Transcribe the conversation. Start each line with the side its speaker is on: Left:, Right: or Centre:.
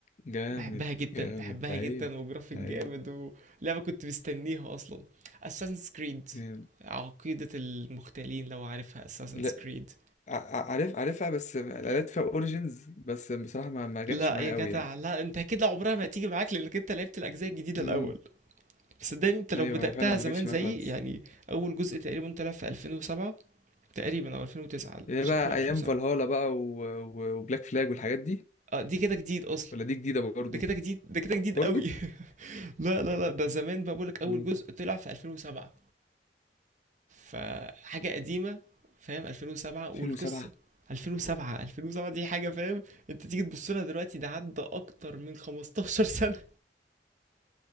Left: جامد
Right: بحبها جدا
Left: جامد
Right: بحبها
Left: لعيب
Right: جدا وجرافيك
Left: لعيب
Right: جامد ولعبة كنت مستنيها اصلا Assassin's Creed
Left: جامد
Right: عقيدة المختالين لو عارفها Assassin's
Left: لا
Right: Creed
Left: ع- ع- عارف عارفها بس لعبت فيها اوريجينز بس بصراحه ما ما جاتش
Right: لا
Left: معايا
Right: يا جدع
Left: قوي يعني
Right: لا انت كده عمرها ما هتيجي معاك لانك انت لعبت الاجزاء الجديدة
Left: امم
Right: الاول صدقني انت لو
Left: ايوه
Right: بدأتها
Left: هي فعلا ما
Right: زمان
Left: جاتش
Right: زيي
Left: معايا خالص
Right: يعني اول جزء تقريبا طلع في 2007 تقريبا او 2009
Left: هي
Right: شكله
Left: بقى
Right: 2007
Left: ايام فالهالا بقى و... و... وبلاك فلاج والحاجات دي
Right: اه دي كده جديد اصلا
Left: ولا دي جديدة برضو
Right: ده كده جديد ده كده جديد
Left: برضو
Right: قوي <laughs> لا لا لا ده زمان بقى بقولك اول
Left: مم.
Right: جزء طلع في 2007 فحاجة قديمة فاهم 2007 والقصة
Left: 2007
Right: 2007 2007 دي حاجة فاهم انت تيجي تبص لها دلوقتي ده عدى اكتر من 15 سنة